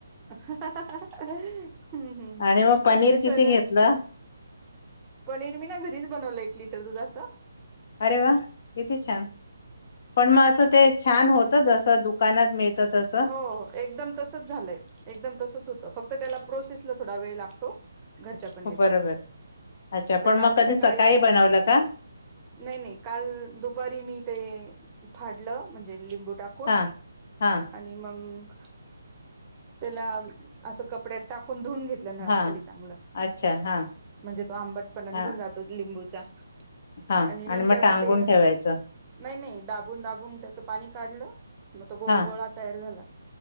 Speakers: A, on the right (about 20°); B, on the left (about 40°).
A: हां हां हं हं, हम् हम्
B: आणि मग पनीर
A: ते
B: किती
A: सगळ
B: घेतलं
A: पनीर मी ना घरीच बनवलं, एक लिटर दुधाचं.
B: अरे वा, किती छान! पण म असं ते छान होतच, असं दुकानात मिळत त
A: हो एकदम तसंच झालंय, एकदम तसंच होतं फक्त त्याला प्रोसेसला थोडा वेळ लागतो. घरच्या पनीरला,
B: बरोबर अच्छा
A: त
B: पण
A: काल
B: मग कधी
A: सकाळी
B: बनवलं का
A: नही नही काल दुपारी मी ते फाडलं, म्हणजे लिंबू टाक
B: हां हां.
A: आणि मंग त्याला असं कपड्यात टाकून, धुवून घेत लं, नळा
B: हा
A: खाली चांगलं,
B: अच्छा हा
A: म्हणजे तो आंबटपणा निघून
B: हा
A: जातो, लिंबूचा.
B: हा
A: आणि नंतर
B: मग टांगून
A: म ते
B: ठेवायचं
A: नही नही, दाबून-दाबून त्याचं पाणी काढलं, म तो गोल
B: हा
A: गोळा तयार झाला.